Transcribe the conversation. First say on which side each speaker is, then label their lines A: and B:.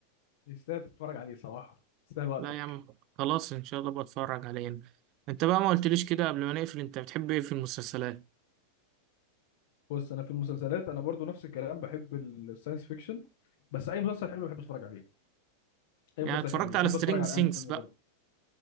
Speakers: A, on the left; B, on the right.
A: يستاهل تتفرج عليه صراحة يستاهل وقتك
B: لا يا عم خلاص ان شاء الله بتفرج عليه انت بقى ما قلتليش كده قبل ما نقفل انت بتحب ايه في المسلسلات
A: بص أنا في المسلسلات أنا برضو نفس الكلام بحب الساينس فيكشن بس أي مسلسل حلو بحب أتفرج عليه أي
B: يعني
A: مسلسل
B: اتفرجت
A: حلو
B: على
A: بحب
B: سترينج
A: أتفرج على
B: سينجز
A: الأنمي
B: بقى
A: برضه